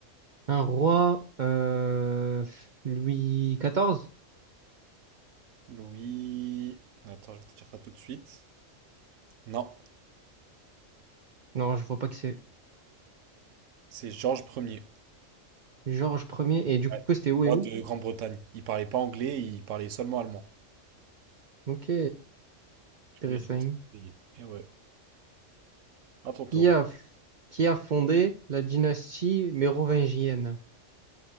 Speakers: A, on the right; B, on the right.
A: Un roi, euh, Louis XIV?
B: Louis... Attends, je vais te dire ça tout de suite. Non,
A: Non, je vois pas que c'est
B: c'est Georges Ier.
A: Georges Ier. Et du
B: Ouais.
A: coup, c'était où
B: Roi
A: et où?
B: de Grande-Bretagne. Il parlait pas anglais, il parlait seulement allemand.
A: Ok,
B: Du
A: intéressant.
B: coup, il a été payé. Et ouais. À ton tour.
A: Qui a, qui a fondé la dynastie mérovingienne?